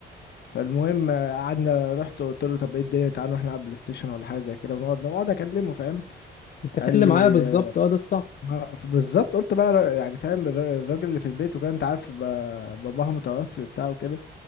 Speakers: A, on the left; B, on the left.
A: فالمهم آه، قعدنا رحت قلت له طب ايه الدنيا تعالى نروح نلعب بلاي ستيشن ولا حاجه زي كده ونقعد نقعد اكلمه فاهم
B: تحل
A: قال لي
B: معايا بالظبط
A: آه،
B: اه ده الصح
A: ما بالظبط قلت بقى ر- يعني فاهم الر- الراجل اللي في البيت وكان انت عارف ب- باباها متوفي وبتاع وكده